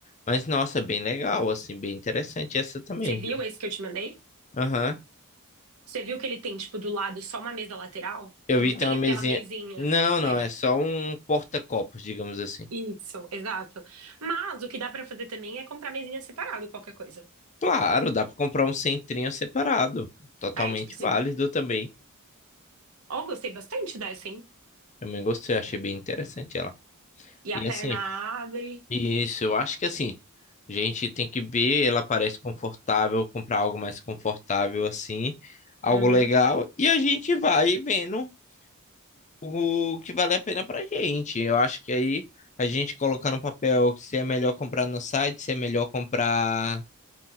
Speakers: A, on the left (about 35°); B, on the right (about 70°).
A: Mas nossa, é bem legal, assim, bem interessante essa também,
B: Você viu
A: viu?
B: esse que eu te mandei?
A: Aham.
B: Você viu que ele tem, tipo, do lado só uma mesa lateral?
A: Eu
B: Não
A: vi tem
B: tem
A: uma mesinha.
B: aquela mesinha.
A: Não, não,
B: É,
A: é só um porta-copos, digamos assim.
B: isso, exato. Mas o que dá pra fazer também é comprar mesinha separada, qualquer coisa.
A: Claro, dá pra comprar um centrinho separado. Totalmente
B: Ah, É, tipo, se.
A: válido também.
B: Ó, gostei bastante dessa, hein?
A: Também gostei, achei bem interessante ela.
B: E
A: E
B: a
A: assim,
B: perna abre.
A: isso, eu acho que assim, a gente tem que ver, ela parece confortável, comprar algo mais confortável assim, algo
B: Uhum.
A: legal, e a gente vai vendo o que vale a pena pra gente. Eu acho que aí a gente colocar no papel se é melhor comprar no site, se é melhor comprar